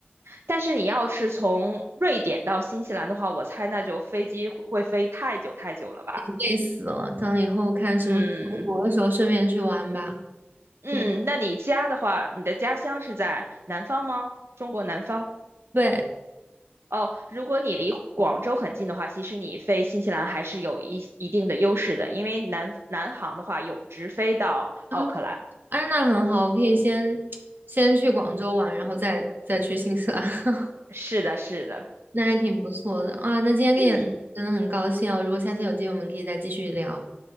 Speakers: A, on the right; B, on the right.
A: 但是你要是从瑞典到新西兰的话，我猜那就飞机会会飞太久太久了吧？
B: 累死了。等以后看什么时候回国的时候，
A: 嗯。
B: 顺便去玩吧。
A: 嗯，
B: 对
A: 那你家的话，你的家乡是在南方吗？中国南方？
B: 对
A: 哦，如果你离广州很近的话，其实你飞新西兰还是有一一定的优势的，因为南南航的话有直飞到奥克兰。
B: 啊，安娜很好，我可以先先去广州玩，然后再再去新西兰，<laughs>
A: 是的，是的。
B: 那还挺不错的啊。那今天跟你聊真的很高兴哦，
A: 嗯，
B: 如果下次有机会，我们可以再继续聊。